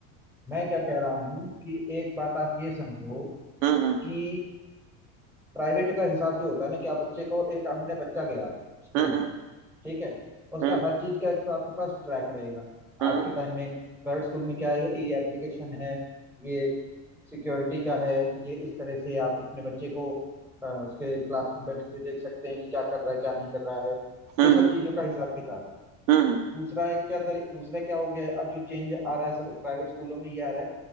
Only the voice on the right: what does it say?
हम्म
हम्म हम्म
हम्म
हम्म
हम्म
हम्म हम्म
हम्म, हम्म।